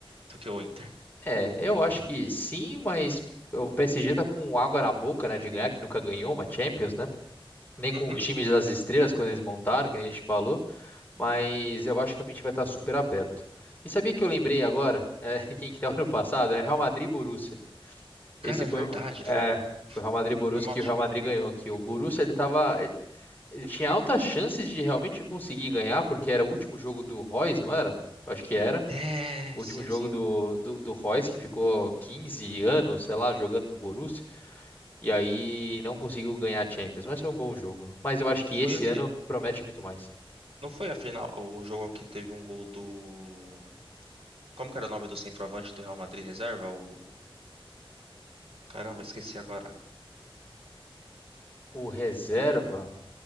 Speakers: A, on the right (about 80°); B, on the left (about 20°).
A: do que o Inter.
B: É, eu acho que sim, mas o PSG tá com água na boca, né, de ganhar, que nunca ganhou uma Champions, né? Nem
A: Uhum.
B: com os times das estrelas, quando eles montaram, que nem a gente falou, mas eu acho que a mente vai estar super aberto. E sabia que eu lembrei agora, é, <laughs> quem que tava no passado? É Real Madrid e Borussia. Esse
A: Cara, é
B: foi,
A: verdade.
B: é,
A: Foi, um-
B: foi Real Madrid e Borussia
A: foi uma.
B: que o Real Madrid ganhou, que o Borussia, ele tava, ele tinha altas chances de realmente conseguir ganhar, porque era o último jogo do Royce, não era? Eu Acho que era
A: É,
B: o último
A: sim,
B: jogo
A: sim.
B: do, do, do Reus, que ficou 15 anos, sei lá, jogando no Borussia, e aí não conseguiu ganhar a Champions, mas foi um bom jogo. Mas eu acho
A: Foi
B: que esse
A: aquele.
B: ano promete muito mais.
A: Não foi a final, o jogo que teve um gol do. Como que era o nome do centroavante do Real Madrid reserva? O... Caramba, esqueci agora.
B: O reserva,